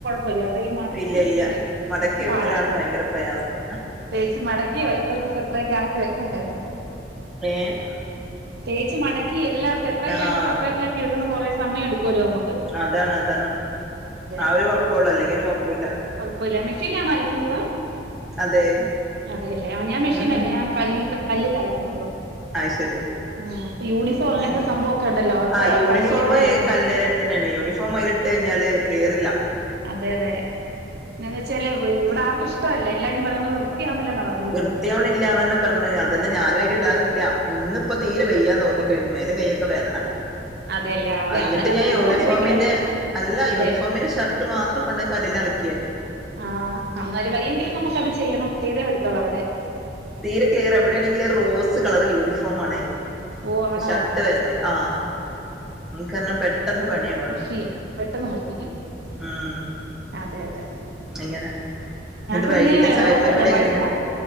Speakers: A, on the right; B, in the centre.
A: വല്ല്യ <unintelligible> ഈ മടപ്പോര്ച്ചിരി
B: ഇല്ല ഇല്ല മടക്കി വെക്കലാണ്
A: പാടാ
B: ഭയങ്കര പ്രയാസം
A: പെയ്സ് മടക്കി ഓരോരുത്തർക്ക്. സെപ്പറേറ്റ് ആക്കി വെക്കേണ്ടേേ.
B: ഏ ഹ്.
A: തേച്ച് മടക്കി എല്ലാം സെപ്പറേറ്റ്
B: ആഹ്
A: ആക്കി സെപ്പറേറ്റ് ആക്കി വക്കുന്ന കൊറെേ സമയം എടുക്കുമല്ലോ നമുക്കത്.
B: അതാണ് അതാണ്.
A: അതെ
B: ആ ഒരു കൊഴപ്പൊള്ളൂ അല്ലെങ്കി ഒരു കൊഴപ്പുല്ല
A: കൊഴപ്പൊല്ല മിഷല്ലാണോ അലക്കുന്നത്.
B: അതെ
A: അതെയല്ലേ ആ ഞാൻ മെഷീന
B: ഉം
A: അല്ലേ ഞാൻ ക കല്ലിൽ അലക്കുന്നുള്ളു.
B: അയ്ശരി
A: ആഹ് പ്പൊ യൂണിഫോം അങ്ങനത്തെ
B: ഏഹ്
A: സംഭവക്കെ ഉണ്ടല്ലോ ഒക്കെ
B: ആ യൂണിഫോം
A: കല്ലിൽ അലക്കണം.
B: കല്ലേല് തന്നെയാണ് യൂണിഫോം ആയിലിട്ട് കിഞ്ഞാല് ക്ലിയർ ഇല്ല.
A: അതെ അതെ പിന്നന്ന് വെച്ചാല് ഇവിടെ ആർക്കും ഇഷ്ടല്ല എല്ലാരും പറയുന്നത് വൃത്തിയാവുന്നില്ലാ പറഞ്ഞ.
B: വൃത്തിയവണ ഇല്ലാന്ന് തന്നെ പറഞ്ഞഞ് അത്തന്നെ ഞാനും അതി ഇട്ടാറില്ല ഇന്ന ഇപ്പോ തീരെ
A: അന്നേരം
B: വെയ്യാൻ തോന്നി. <unintelligible> വേതന
A: അതെല്ലേ അതെ
B: എന്നിട്ട്
A: അന്നേരൊക്കെ
B: ഞാൻ
A: നമുക്ക്
B: യൂണിഫോമിന്റെ
A: ഉപയോഗിക്കാൻ
B: അല്ല
A: അതെ
B: യൂണിഫോമിന്റെ ഒരു മാസം കൊണ്ട കല്ലിൽ അലക്കിയേ.
A: ആഹ്, അന്നര് വയ്യെങ്കിലും നമുക്കത് ചെയ്യണം. ചെയ്തേ പറ്റത്തൊളൂ അവിടെ.
B: തീരെ ക്ലിയർ എവിടെയാണെങ്കില ഒരു റോസ് കളർ യൂണിഫോം ആണ്.
A: ഓ ആണോ
B: ഷർട്ട് വരുന്ന ആഹ്, പെട്ടെന്ന് പണിയാവ
A: മുഷിയും പെട്ടെന്ന് മുഷിയും
B: ഉം.
A: അതെ അതെ
B: എങ്ങനെ
A: ഞങ്ങക്ക്
B: ന്നിട്ടു വൈകിട്ട്
A: പിന്നെ
B: ചായപരിപാടി
A: റോസല്ല വൈറ്റാ
B: കഴിഞ്ഞ?